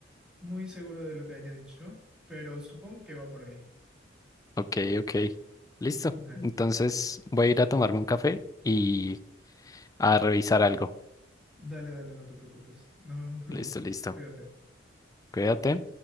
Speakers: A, in the centre; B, on the left.
A: muy seguro de lo que haya dicho, pero supongo que va por ahí.
B: Ok, ok. Listo.
A: Dale,
B: Entonces voy a ir a tomarme un café y a revisar algo.
A: dale, dale, no te preocupes. Nos vemos luego,
B: Listo,
A: ¿sí?
B: listo.
A: Cuídate.
B: Cuídate.